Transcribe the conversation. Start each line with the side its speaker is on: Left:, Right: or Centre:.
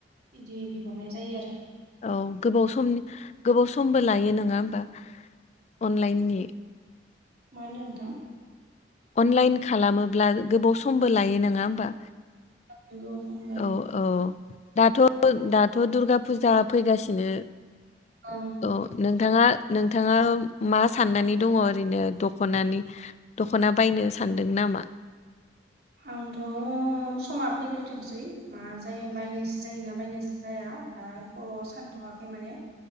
Right: इदि बिहरनाय जायो आरो।
Left: औ गोबाव समनि गोबाव समबो लायो नङा होमबा अनलाइननि
Right: मान होनदो नोंथां
Left: अनलाइन खालामोब्ला गोबाव समबो लायो नङा होमबा?
Right: <unintelligible> ल्कप
Left: औ औ दाथ' दाथ' दुर्गा फुजा फैगासिनो
Right: ओं
Left: औ नोंथाङा नोंथाङा मा साननानै दङ ओरैनो दख'नानि? दख'ना बायनो सानदों नामा?
Right: आंथ' समा फैग्रोथोंसै मा जायो बायनायसो जायोना बायनायसो जाया दा आं सानथ'वाखै माने